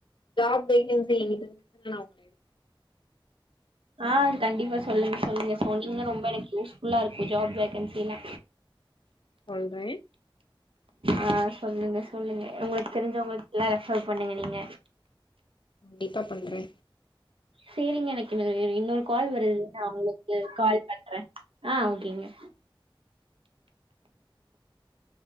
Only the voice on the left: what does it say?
ஜாப் வேகன்சி <unintelligible>
சொல்றே
டிப்பா பண்றே